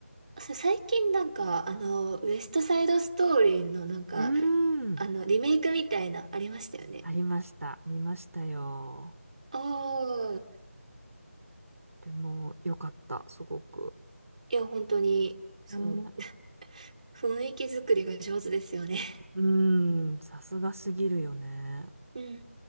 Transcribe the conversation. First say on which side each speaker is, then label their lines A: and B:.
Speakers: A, on the right; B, on the right.
A: そ最近なんか、あの、ウエストサイドストーリーのなんか、
B: うん。うん。
A: あの、リメイクみたいな、ありましたよね。
B: ありました。見ましたよ。
A: おー、
B: でも、よかった、すごく。
A: いや、本当に、その、
B: ね
A: 雰囲気作りが上手ですよね。
B: うーん、さすがすぎるよね。
A: <laughs> うんうんう